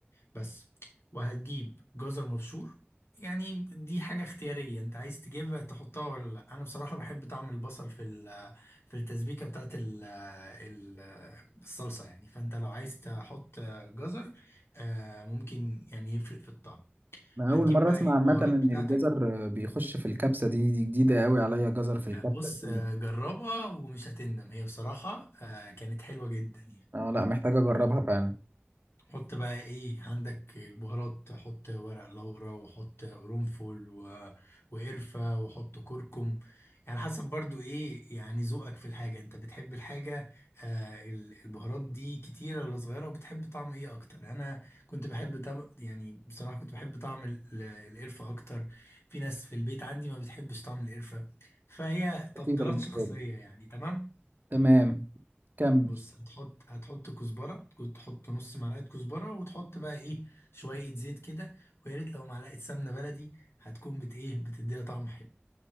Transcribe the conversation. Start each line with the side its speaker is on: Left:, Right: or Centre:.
Left: بس وهتجيب جزر مبشور يعني دي حاجة اختيارية انت عايز تجيبها تحطها ولا لا انا بصراحة بحب طعم البصل في ال- في التسبيكة بتاعت ال- ال- الصلصة يعني فانت لو عايز تحط جزر آه، ممكن يعني يفرق في الطعم
Right: انا
Left: هتجيب
Right: اول مره
Left: بقى
Right: اسمع
Left: ايه البهارات
Right: عامه ان
Left: بتاعتك
Right: الجزر آه، بيخش في الكبسه دي دي جديده قوي عليا جزر في الكبسه
Left: آه، بص
Right: دي
Left: آه، جربها ومش هتندم هي بصراحة آه، كانت حلوة جدا يعني
Right: اه لا محتاج اجربها فعلا
Left: حط بقى ايه عندك البهارات حط ورق لورا وحط قرنفل و... وقرفة وحط كركم يعني حسب برضو ايه يعني ذوقك في الحاجة انت بتحب الحاجة آه ال- البهارات دي كتيرة ولا صغيرة وبتحب طعم ايه اكتر انا كنت بحب طب... يعني بصراحة كنت بحب طعم ال- ال- القرفة اكتر في ناس في البيت عندي ما بتحبش طعم القرفة فهي
Right: خطيره
Left: تفضيلات
Right: بالنسبه
Left: شخصية
Right: لي
Left: يعني تمام
Right: تمام كمل
Left: بص هتحط هتحط كزبرة كنت تحط نص معلقة كزبرة وتحط بقى ايه شوية زيت كده ويا ريت لو معلقة سمنة بلدي هتكون بت ايه بتديها طعم حلو